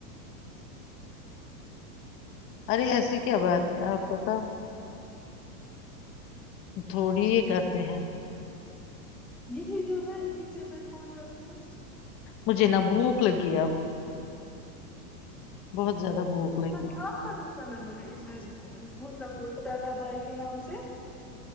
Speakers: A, on the left; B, in the centre.
A: ارے ایسی کیا بات ہے آپ بتاؤ تھوڑی ہی کرتے ہیں <unintelligible>
B: یہی جو ہے اسی سے میں فون کروں گا <unintelligible>
A: مج <unintelligible> بہت <unintelligible> زیادہ بھوک
B: آپ
A: لگی
B: دوسرا کا نمبر ہے اتنا کا کوئی دادا بھائی کے نام سے